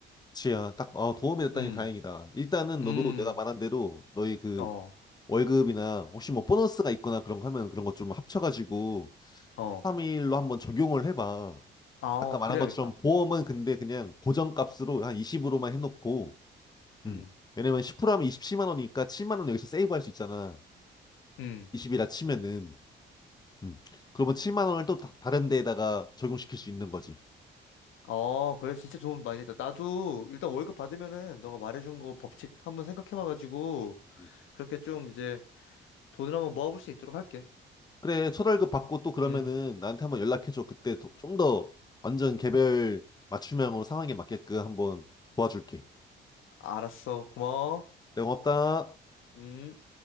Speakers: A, on the left (about 20°); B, on the left (about 85°).
A: 지야, 딱, 어, 도움이 됐다니
B: 음,
A: 다행이다. 일단은
B: 음,
A: 너도 내가 말한 대로 너희 그
B: 어,
A: 월급이나 혹시 뭐 보너스가 있거나 그런 거 하면 그런 것 좀 합쳐가지고
B: 어.
A: 3일로 한번 적용을 해봐.
B: 아,
A: 아까 말한
B: 그래야겠다.
A: 것처럼 보험은 근데 그냥 고정값으로 한 20으로만 해놓고, 음.
B: 음,
A: 왜냐면 10%하면 27만 원이니까 7만 원 여기서 세이브할 수 있잖아.
B: 음.
A: 20이라 치면은. 음. 그러면 7만 원을 또 다, 른 데에다가 적용시킬 수 있는 거지.
B: 어, 그래, 진짜 좋은 많이 했다. 나도 일단 월급 받으면은 너가 말해준 거 법칙 한번 생각해봐가지고
A: 음.
B: 그렇게 좀 이제 돈을 한번 모아볼 수 있도록 할게.
A: 그래, 첫월급 받고 또 그러면은
B: 음,
A: 나한테 한번 연락해줘. 그때 좀 더 완전 개별 맞춤형으로 상황에 맞게끔 한번 도와줄게.
B: 알았어. 고마워.
A: 네, 고맙다.
B: 음.